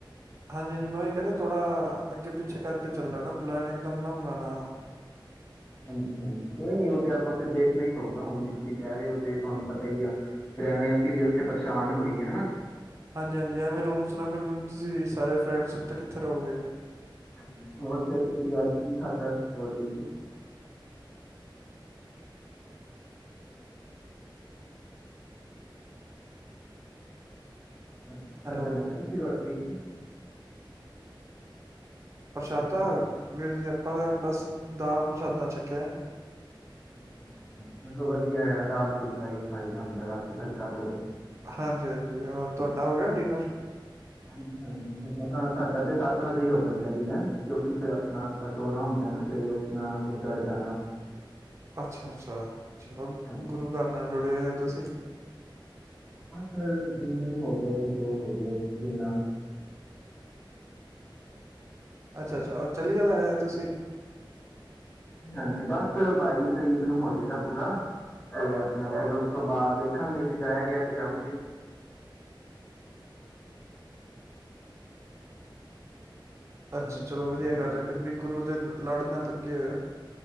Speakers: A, on the right; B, on the left.
A: ਹਾਂਜੀ-ਹਾਂਜੀ ਮੈਂ ਉਹੀ ਕਹਿ ਰਿਹਾ ਥੋੜਾ ਅੱਗੇ ਪਿੱਛੇ ਕਰਕੇ ਚੱਲਨਾ ਨਾ ਪਲੈਨ, ਇਕ ਦਮ ਨਾ ਬਨਾਨਾ।
B: ਹਾਂਜੀ-ਹਾਂਜੀ, ਕੋਈ ਨੀ ਉਹ ਤੇ ਆਪਾਂ ਫਿਰ ਦੇਖਣਾ ਹੀ ਪਊਗਾ ਹੁਨ, ਤੁਸੀਂ ਕਹਿ ਰਹੇ ਹੋ ਤੇ ਤੁਹਾਨੂੰ ਪਤਾ ਹੀ ਆ ਫਿਰ ਐਵੇਂ ਅਸੀਂ ਵੀ ਉੱਥੇ ਪਰੇਸ਼ਾਨ ਹੋਈਏ ਹਨਾ
A: ਹਾਂਜੀ-ਹਾਂਜੀ ਐਵੇਂ ਰੂਮਸ ਨਾ ਮਿਲਨ ਤੁਸੀਂ ਸਾਰੇ ਫਰੈਂਡਸ ਉੱਥੇ ਕਿੱਥੇ ਰਹੋਗੇ?
B: ਹਾਂਜੀ, ਹੋਰ ਫ਼ੇਰ ਤੁਸੀਂ ਅੱਜ ਕੀ ਖਾਧਾ ਰੋਟੀ ਚ? ਅੱਜ ਕਿ
A: ਹੈਲੋ
B: ਖਾਦਾ ਮੈਂ ਕਿਹਾ ਤੁਸੀ ਰੋ ਵਿੱਚ
A: ਪ੍ਰਸ਼ਾਦਾ,
B: ਹੈਲੋ
A: ਵੀਰ ਜੀ ਆਪਾ ਤੇ ਬਸ ਦਾਲ ਪ੍ਰਸ਼ਾਦਾ ਛਕਿਆ।
B: ਅੱਛਾ-ਅੱਛਾ। ਚਲੋ ਵਧੀਆ ਆ, ਦਾਲ ਫੁਲਕਾ ਹੀ ਖਾਈਦਾ ਹੁੰਦਾ ਰਾਤੀ ਹਲਕਾ ਭੋਜਨ।
A: ਹਾਂਜੀ-ਹਾਂਜੀ, ਹੋਰ ਤੁਹਾਡਾ ਹੋ ਗਿਆ ਡਿਨਰ?
B: ਹਾਂਜੀ-ਹਾਂਜੀ ਹਾਂ ਸਾਡਾ ਤੇ ਸੱਤ ਵਜੇ ਹੀ ਹੋ ਜਾਂਦਾ ਡਿਨਰ ਕਿਉਂਕਿ ਫਿਰ ਆਪਣਾ ਆਪਾਂ ਸੋਣਾ ਹੁੰਦਾ ਨਾ, ਸਵੇਰੇ ਉੱਠਨਾ, ਗੁਰਦੁਆਰੇ ਜਾਣਾ।
A: ਅੱਛਾ ਅੱਛਾ ਚਲੋ
B: ਹਾਂਜੀ
A: ਗੁਰੂ ਘਰ ਨਾਲ ਜੁੜੇ ਹੋ ਤੁਸੀਂ।
B: ਬਸ ਜਿੰਨੀ ਵੀ ਹੋ ਜਾਏ ਦੋ ਹੋ ਜਾਏ ਜਿੰਨਾ
A: ਅੱਛਾ ਅੱਛਾ ਚੰਡੀਗੜ ਆਏ ਤੁਸੀਂ।
B: ਹਾਂਜੀ ਬਸ ਬਾਈ ਤਰੀਕ ਨੂੰ ਹੋ ਜਾਏਗਾ ਪੂਰਾ ਤੇ ਆਪਣਾ ਫੇਰ ਉਸ ਤੋਂ ਬਾਅਦ ਦੇਖਾਂਗੇ ਜੇ ਜਾਇਆ ਗਿਆ ਤੇ ਜਾਊਗੇ। ਹੋਰ
A: ਅੱਛਾ
B: ਤੁਸੀਂ
A: ਚਲੋ ਵਧੀਆ
B: ਸੁਣਾਓ?
A: ਗੱਲ ਹੈ ਫਿਰ ਵੀ ਗੁਰੂ ਦੇ ਲੜ ਨਾਲ ਲੱਗੇ। <inaudible>